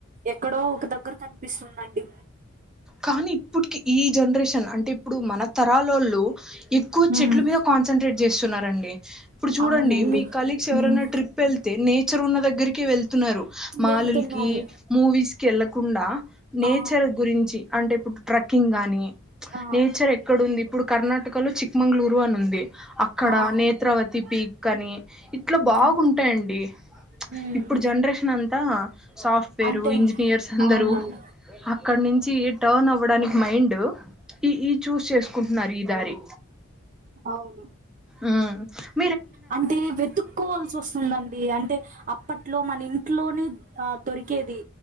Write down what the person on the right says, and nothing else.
ఎక్కడో ఒక దగ్గర కనిపిస్తుందండి
హ్మ్
అవునండి
హ్మ్
వెళ్తున్నారు
ఆ
ఆ
ఆ
ఓకే హ్మ్
అంటే
అవునండి
అవును
అంటే వెతుక్కోవాల్సి వస్తుందండి అంటే అప్పట్లో మన ఇంట్లోనే ఆ దొరికేది